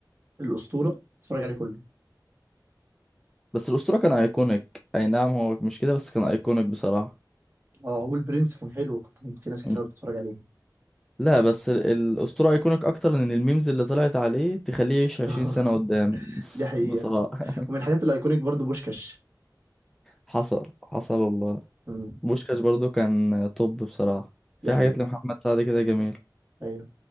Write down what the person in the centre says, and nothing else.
بس الاسطوره كان ايكونيك اي نعم هو مش كده بس كان ايكونيك بصراحه
م.
لا بس ال- الاسطوره ايكونيك اكتر لان الميمز اللي طلعت عليه تخليه يعيش 20
سنه قدام <laughs>
بصراحه <laughs>
حصل حصل والله
بوشكاش برضو كان توب بصراحه في
حاجات لمحمد سعد كده جميل.